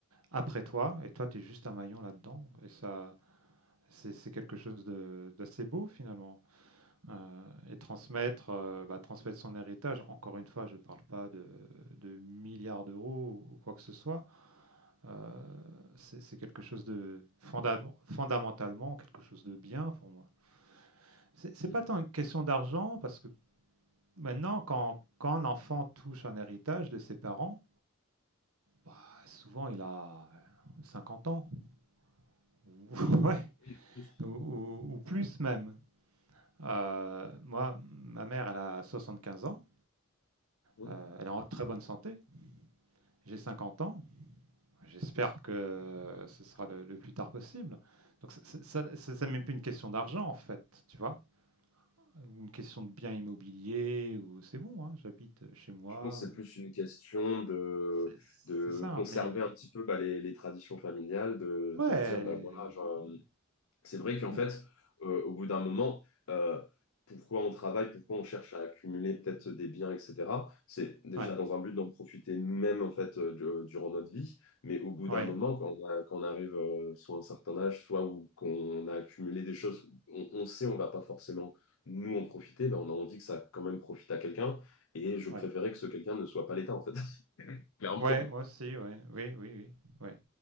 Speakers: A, on the right; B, on the left.
A: après toi, et toi, tu es juste un maillon là-dedans. Et ça, c'est c'est quelque chose de- d'assez beau finalement. Euh, et transmettre, euh, bah, transmettre son héritage. Encore une fois, je ne parle pas de, de milliards d'euros ou quoi que ce soit. Euh, c'est c'est quelque chose de fondam- fondamentalement quelque chose de bien pour moi. C'est c'est
B: Mm.
A: pas tant une question d'argent parce que maintenant, quand, quand un enfant touche un héritage de ses parents, bah, souvent il a 50 ans <laughs> ou, ouais,
B: Oui, plus.
A: ou- ou- ou plus même. Euh, moi, ma mère, elle a 75 ans.
B: Oui.
A: Euh, elle est en très bonne santé. J'ai 50 ans. J'espère que ce sera le, le plus tard possible. Donc, ça, ça, même plus une question d'argent, en fait, tu vois, ou une question de bien immobilier, ou c'est bon, hein, j'habite chez moi.
B: Je pense que c'est plus une question de,
A: C'est c'est
B: de
A: ça,
B: conserver
A: hein, mais
B: un petit peu bah, les, les traditions familiales, de,
A: ouais,
B: de se dire, bah, voilà,
A: les
B: genre,
A: objets,
B: C'est vrai qu'en
A: ouais,
B: fait, euh, au bout d'un moment, euh, pourquoi on travaille, pourquoi on cherche à accumuler peut-être des biens, etc. C'est déjà
A: ouais,
B: dans un but d'en profiter nous-mêmes, en fait, euh, du- euh, durant notre vie. Mais au bout
A: ouais,
B: d'un moment, quand on, a- quand on arrive euh, soit à un certain âge, soit où qu'on a accumulé des choses, on, on sait on va pas forcément nous en profiter, ben on a envie que ça quand même profite à quelqu'un. Et je préférais
A: ouais.
B: que ce quelqu'un ne soit pas l'État, en fait, <laughs> clairement.
A: Ouais, moi aussi, ouais, oui, oui, oui, ouais.